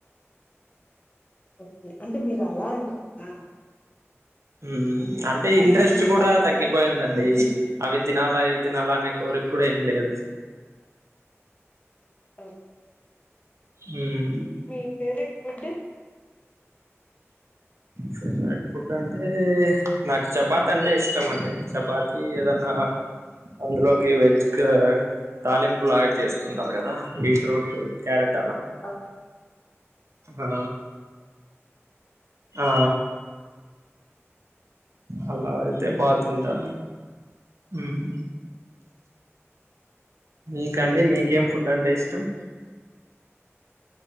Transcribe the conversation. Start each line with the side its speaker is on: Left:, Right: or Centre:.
Left: ఓకే అంటే మీరు అలా అంటున్నార
Right: మ్ అంటే ఇంట్రెస్ట్
Left: మనం
Right: కూడా
Left: బయటికి
Right: తగ్గిపోయిందండి
Left: వెళ్
Right: అవి తినాలా ఇవి తినాలా అనే కోరిక కూడా ఏం లేదు
Left: ఓ
Right: మ్
Left: మీ ఫేవరెట్ ఫుడ్
Right: ఫేవరెట్ ఫుడ్ అంటే నాకు చపాతి అంటే ఇష్టం అండి చపాతి ఏదన్నా అందులోకి వెజ్ తాలింపులాగా చేస్తుంటారు కదా బీట్రూట్ క్యారెట్ అలా
Left: ఓ
Right: ఆ ఆ అలా అయితే బాగా
Left: అలాంటివి
Right: తింటా
Left: ఇష్టమే
Right: ఉమ్ మీకండి మీకేం ఫుడ్ అంటే ఇష్టం